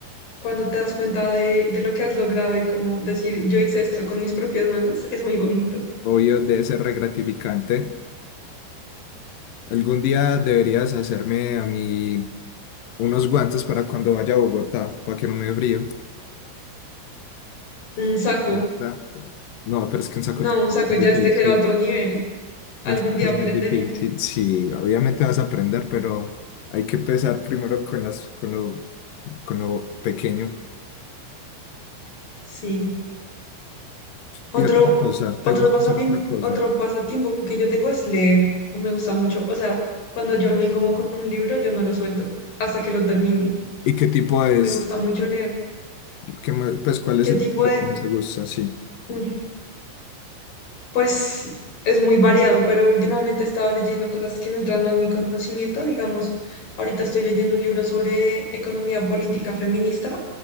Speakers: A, on the left; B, on the left.
A: cuando te das cuenta de, de lo que has logrado y como decir, yo hice esto con mis propias manos, es muy bonito.
B: <laughs> obvio, debe ser re gratificante Algún día deberías hacerme a mí unos guantes para cuando vaya a Bogotá, para que no me dé frío,
A: Un saco,
B: la verdad. No, pero es que un saco
A: no,
B: técnico
A: un saco
B: es
A: ya
B: difícil.
A: este era otro nivel. Algún
B: Un saco
A: día
B: es
A: aprenderé.
B: muy difícil. Sí, obviamente vas a aprender, pero hay que empezar primero con las, con lo, con lo pequeño.
A: Sí. Otro,
B: Y otra cosa, ¿te
A: otro
B: gusta
A: pasapien-
B: hacer otra cosa?
A: otro pasatiempo que yo tengo es leer. Me gusta mucho. O sea, cuando yo me engomo con un libro, yo no lo suelto hasta que lo termine.
B: ¿Y qué tipo es?
A: Me gusta mucho leer.
B: ¿Qué más- pues cuál es
A: ¿Qué
B: el
A: tipo
B: tipo
A: de,
B: que más te gusta? Sí.
A: mm, Pues es muy variado, pero últimamente he estado leyendo cosas que nutran más mi conocimiento. Digamos, ahorita estoy leyendo un libro sobre economía política feminista.